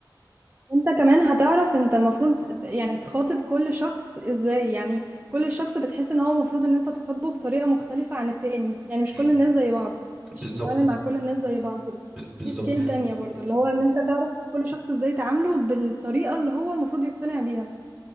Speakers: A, on the right (about 25°); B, in the centre.
A: انت كمان هتعرف انت المفروض ت- يعني تخاطب كل شخص ازاي يعني كل شخص بتحس ان هو المفروض ان انت تخاطبه بطريقة مختلفة عن التاني يعني مش
B: مم.
A: كل الناس زي بعض مش
B: بالظبط
A: بتتعامل مع كل الناس زي بعض
B: ب- بالظبط
A: دي سكيل تانية برضو اللي هو ان انت تعرف كل شخص ازاي تعامله بالطريقة اللي هو المفروض يقتنع بيها